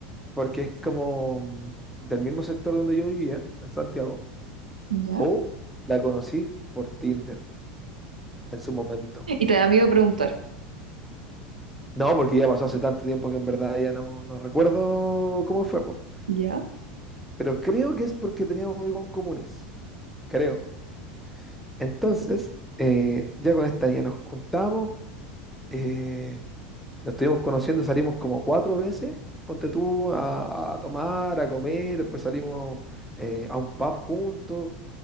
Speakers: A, in the centre; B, on the right.
A: porque es como mm, del mismo sector donde yo vivía, en Santiago,
B: ¿Ya?
A: o la conocí por Tinder en su momento.
B: Y te da miedo preguntar.
A: No, porque ya pasó hace tanto tiempo que en verdad ya no, no recuerdo cómo fue, po.
B: ¿Ya?
A: Pero creo que es porque teníamos amigos en comunes, creo. Entonces, eh, ya con esta niña nos juntamos, eh, nos estuvimos conociendo, salimos como cuatro veces, ponte tú a, a tomar, a comer, después salimos eh, a un pub juntos.